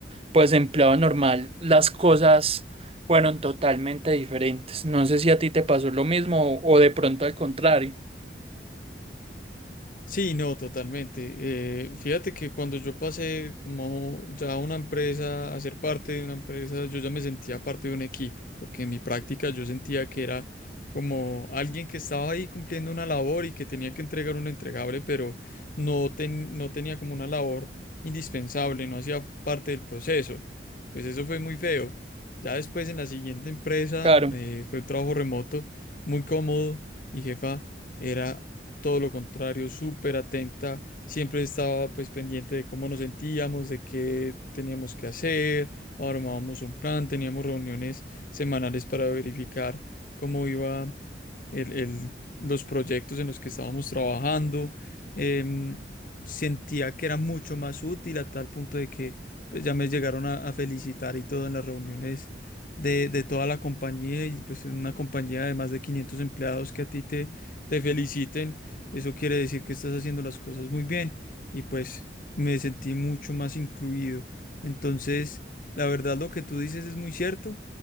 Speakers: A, on the right (about 35°); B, on the left (about 50°).
A: pues empleado normal, las cosas fueron totalmente diferentes. No sé si a ti te pasó lo mismo o, o de pronto al contrario.
B: Sí, no, totalmente. Eh, fíjate que cuando yo pasé como ya a una empresa, a ser parte de una empresa, yo ya me sentía parte de un equipo, porque en mi práctica yo sentía que era como alguien que estaba ahí cumpliendo una labor y que tenía que entregar un entregable, pero no, ten- no tenía como una labor indispensable, no hacía parte del proceso. Pues eso fue muy feo. Ya después en la siguiente empresa
A: Claro,
B: eh, fue un trabajo remoto, muy cómodo. Mi jefa era todo lo contrario, súper atenta, siempre estaba pues pendiente de cómo nos sentíamos, de qué teníamos que hacer, armábamos un plan, teníamos reuniones semanales para verificar cómo iba el- el- los proyectos en los que estábamos trabajando. Em, sentía que era mucho más útil a tal punto de que pues, ya me llegaron a, a felicitar y todo en las reuniones de, de toda la compañía y pues en una compañía de más de 500 empleados que a ti te te feliciten eso quiere decir que estás haciendo las cosas muy bien y pues me sentí mucho más incluido. Entonces, la verdad lo que tú dices es muy cierto.